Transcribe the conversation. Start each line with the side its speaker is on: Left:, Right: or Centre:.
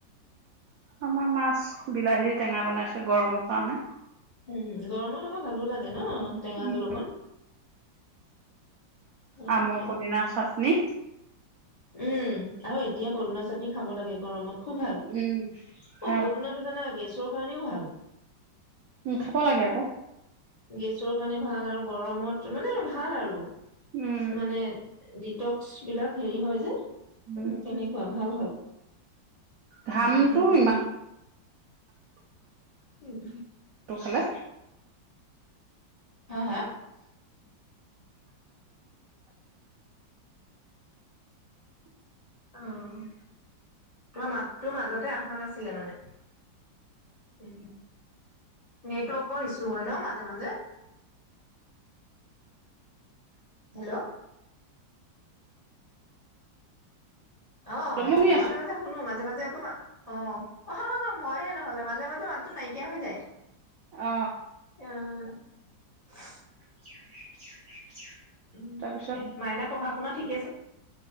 Right: আমাৰ মাছ বিলাহীত টেঙা বনাইছে গৰমৰ কাৰণে
Left: উম, গৰমত আকৌ ভালো লাগে। ন টেঙা
Right: উম
Left: জোল অকণ হয়
Right: আমৰ
Left: দিয়া
Right: পদিনাৰ চাটনি নে
Left: উম হয় এতিয়া পদিনাৰ চাটনি খাব লাগে গৰমত খুব ভাল।
Right: উম ভাল
Left: অ পদুনাটো জানা গেছ চোৰ কাৰণেও ভাল
Right: উম খাব লাগে আকৌ
Left: গেছৰ কাৰণে ভাল আৰু গৰমত মানে ভাল আৰু
Right: উম
Left: মানে, ডিটক্স বিলাক হেৰি হয়
Right: উম
Left: তেনেকুৱা ভাল হয়
Right: ঘামটো
Left: ভালকোৱা
Right: ইমানটো
Left: উম হুম
Right: তটো খালে
Left: হা হা অ তোমাৰ মাতটো মাজতে অহা নাছিলে মানে উ নেটৱৰ্কৰ ইছু হয় ন মাজে মাজে হেল্ল' অ
Right: জমনি
Left: অ
Right: আছে
Left: মাজে মাজে শুনো মাজে মাজে তোমা অ মইহে নহলে মাজে মাজে মাতটো নাইকিয়া হৈ যায়।
Right: অ
Left: আহ
Right: <inaudible>
Left: উম
Right: তাৰপিছত
Left: দে মাইনা পঢ়া শুনা থিক।